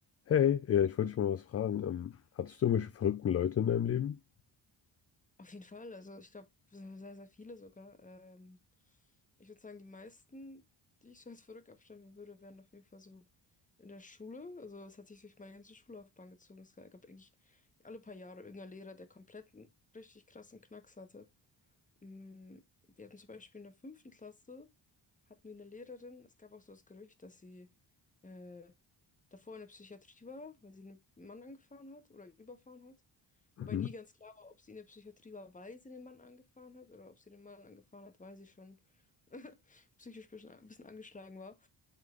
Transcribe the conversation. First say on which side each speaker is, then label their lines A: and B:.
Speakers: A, on the left; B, on the left.
A: Hey, ja, ich wollte dich mal was fragen. Ähm, hattest du irgendwelche verrückten Leute in deinem Leben?
B: Auf jeden Fall, also ich glaube, sehr, sehr viele sogar. Ähm, ich würde sagen, die meisten, die ich so als verrückt abstempeln würde, wären auf jeden Fall so in der Schule. Also es hat sich durch meine ganze Schullaufbahn gezogen. Es gab eigentlich alle paar Jahre irgendeinen Lehrer, der komplett einen richtig krassen Knacks hatte. Mm, Wir hatten zum Beispiel in der fünften Klasse, hatten wir eine Lehrerin. Es gab auch so das Gerücht, dass sie äh, davor in der Psychiatrie war, weil sie einen Mann angefahren hat oder überfahren hat.
A: Mhm.
B: Wobei nie ganz klar war, ob sie in der Psychiatrie war, weil sie den Mann angefahren hat oder ob sie den Mann angefahren hat, weil sie schon <laughs> psychisch ein bisschen, ein bisschen angeschlagen war.